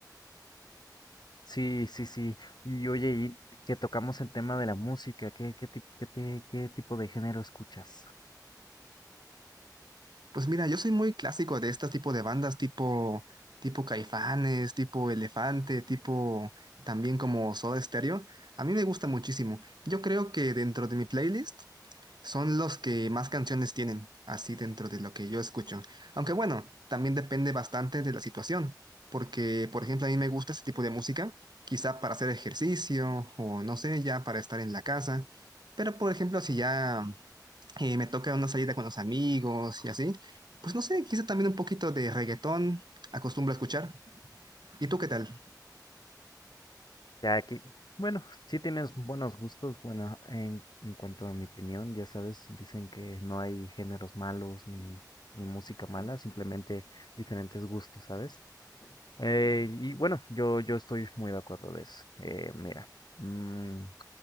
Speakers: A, on the left; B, on the right.
A: Sí, sí, sí. Y oye, y que tocamos el tema de la música, ¿qué, qué, tip- qué, te- qué tipo de género escuchas?
B: Pues mira, yo soy muy clásico de este tipo de bandas, tipo, tipo Caifanes, tipo Elefante, tipo también como Soda Stereo. A mí me gusta muchísimo. Yo creo que dentro de mi playlist son los que más canciones tienen, así dentro de lo que yo escucho. Aunque bueno, también depende bastante de la situación, porque por ejemplo a mí me gusta ese tipo de música, quizá para hacer ejercicio o no sé, ya para estar en la casa. Pero por ejemplo, si ya eh, me toca una salida con los amigos y así, pues no sé, quizá también un poquito de reggaetón acostumbro a escuchar. ¿Y tú qué tal?
A: Ya aquí, bueno, sí tienes buenos gustos, bueno, en, en cuanto a mi opinión, ya sabes, dicen que no hay géneros malos ni, ni música mala, simplemente diferentes gustos, ¿sabes? Eh, y bueno, yo, yo estoy muy de acuerdo de eso. Eh, mira, mm,